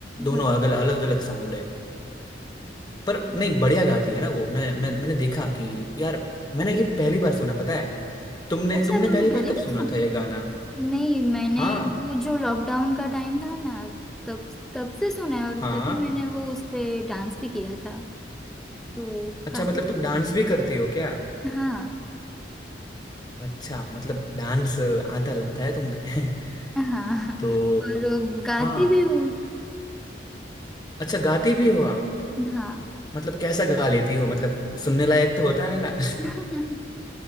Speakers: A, on the left; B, in the centre.
A: दोनों
B: हाँ
A: अलग अलग अलग साउंड है पर नहीं बढ़िया गाती है ना वो मैं मैं मैंने देखा कि यार मैंने ये पहली बार सुना पता है तुमने
B: अच्छा
A: तुमने
B: तुमने
A: पहली बार
B: पहले
A: कब
B: भी
A: सुना
B: सुना
A: था ये गाना
B: नहीं मैंने
A: हाँ
B: वो जो लॉकडाउन का टाइम था ना तब तब से सुना है और
A: हाँ
B: तभी मैंने वो उस पे डांस भी किया था तो
A: अच्छा
B: काफी
A: मतलब
B: पसंद
A: तुम डांस
B: है
A: भी करती हो क्या
B: हाँ
A: अच्छा मतलब डांस आता लगता है तुमके <laughs>
B: हाँ
A: तो
B: और गाती
A: हाँ
B: भी हूँ
A: अच्छा गाती भी हो आप
B: हाँ
A: मतलब कैसा गा लेती हो मतलब सुनने लायक तो होता है ना
B: <laughs>